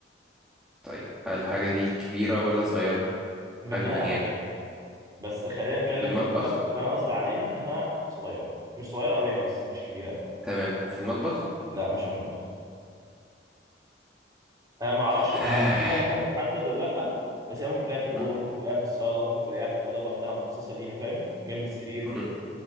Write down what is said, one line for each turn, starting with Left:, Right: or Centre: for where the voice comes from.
Centre: طيب هل الحاجة دي كبيرة ولا صغيرة
Right: منها
Centre: حجما يعني
Right: احجام بس خلينا نتكلم
Centre: في المطبخ
Right: ان انا اللي انا قصدي عليها انها صغيره مش صغيره قوي يعني بس مش كبيره قوي
Centre: تمام في المطبخ
Right: لا مش في المطبخ انا ما اعرفش
Centre: <sighs>
Right: ما اعرفش ليها مكان محدد ولا لا بس هي ممكن تلاقيها في الاوضه
Centre: م-
Right: ممكن تلاقيها في الصاله ممكن تلاقيها في اوضه لوحدها مخصصه ليها فاهم جنب السرير
Centre: م.
Right: كده